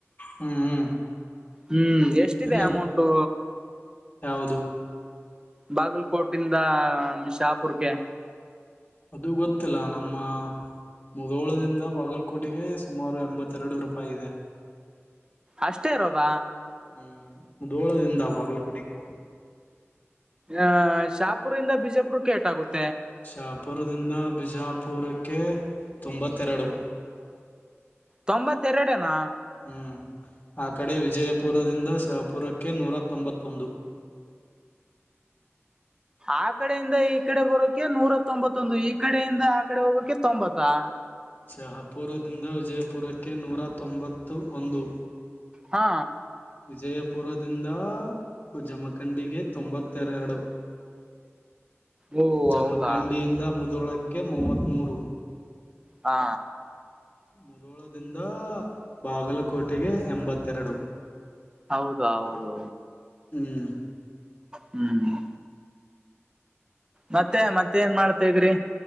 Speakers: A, on the left (about 40°); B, on the right (about 15°).
A: ಹ್ಮ್ ಹ್ಮ್
B: ಹ್ಮ್ ಎಷ್ಟಿದೆ
A: ಇಲ್ಲ
B: ಅಮೌಂಟು.
A: ಯಾವುದು
B: ಬಾಗಲ್ಕೋಟ ಇಂದ ಶಹಾಪೂರ್ಗೆ.
A: ಅದು ಗೊತ್ತಿಲ್ಲ ನಮ್ಮ ಮುದೋಳದಿಂದ ಬಾಗಲಕೋಟೆಗೆ. ಸುಮಾರು ಎಂಬತ್ತೆರಡು ರೂಪಾಯಿ ಇದೆ.
B: ಅಷ್ಟೇ ಇರೋದಾ.
A: ಹ್ಮ್ ಮುಧೋಳದಿಂದ ಬಾಗಲಕೋಟೆಗೆ.
B: ಆ ಶಾಪುರ್ ಇಂದ ಬಿಜಪುರಕ್ಕೆೇಟಾಗುತ್ತೆ.
A: ಶಾಪುರದಿಂದ ಬಿಜಾಪು. ಪೂರಕ್ಕೆ ತೊಂಬತ್ತೆರಡು.
B: ತೊಂಬತ್ತೆರಡನಾ.
A: ಹ್ಮ್ ಆ ಕಡೆ ವಿಜಯಪುರದಿಂದ ಶಹಾಪುರಕ್ಕೆ ನೂರ ತೊಂಬತ್ತೊಂದು. <inaudible> <unintelligible>
B: ಆ ಕಡೆಯಿಂದ ಈ ಕಡೆ ಬರೋಕೆ ನೂರ ತೊಂಬತ್ತೊಂದು ಈ ಕಡೆಯಿಂದ ಆ ಕಡೆ ಹೋಗೋಕೆ ತೊಂಬತ್ತಾ.
A: ಶಹಪುರದಿಂದ ವಿಜಯಪುರಕ್ಕೆ ನೂರಾ ತೊಂಬತ್ತು ಒಂದು.
B: ಹಾ.
A: ವಿಜಯಪುರದಿಂದ ಜಮಖಂಡಿಗೆ ತೊಂಬತ್ತೆರರಡು.
B: ಓ
A: ಜಮಖಂಡಿಯಿಂದ
B: ಹೌದಾ
A: ಮುದಳಕ್ಕೆ ಮೂವತ್ತ್ತ್ಮ ಮೂರು.
B: ಹಾ
A: ಮುದೋಳದಿಂದ ಬಾಗಲಕೋಟೆಗೆ ಎಂಬತ್ತೆರಡು
B: ಹೌದು ಹೌದುೌದು
A: ಹ್ಮ್
B: ಹ್ಮ್ ಮತ್ತೆ ಮತ್ತೆ ಏನ್ ಮಾಡ್ತಾ ಇದ್ರಿ